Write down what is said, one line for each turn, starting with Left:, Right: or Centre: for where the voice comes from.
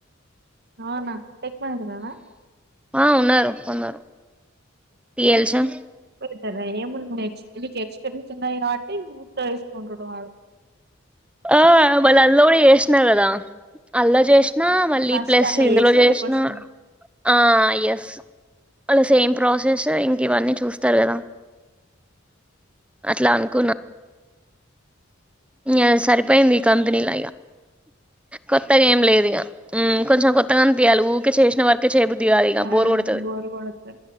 Right: అవునా టక్ <unintelligible>
Centre: ఆ ఉన్నారు కొందరు తీల్సాం
Right: పోతారా ఏమ న <unintelligible> చిన్న చిన్న కాబాటి ఊత్త తీసుకుంటాడు వా
Centre: ఆ మళ్ళీ అందులో కూడా చేసిన కదా అల్లా జెసి నా మళ్ళీ
Right: ఫస్ట్
Centre: ప్లస్
Right: అలా
Centre: ఇందులో
Right: ఏసీలో
Centre: చేసిన
Right: కొట్టినం
Centre: ఆ ఎస్ అలా సేమ్ ప్రాసెస్ ఇంక ఇవన్నీ చూస్తారు కదా. అట్లా అనుకున్నా ఎ సారి పైంది ఈ కంపెనీ ల ఇగ కొత్తగ ఏం లేదు ఇగ ఉ కొంచం కొత్తగాని పయి ఊరిే చేసిన వరకి క్క చేబుద్ిగాదు ఇక
Right: ఆ
Centre: బోర్ కొడుతుంది
Right: బోరు కొడతది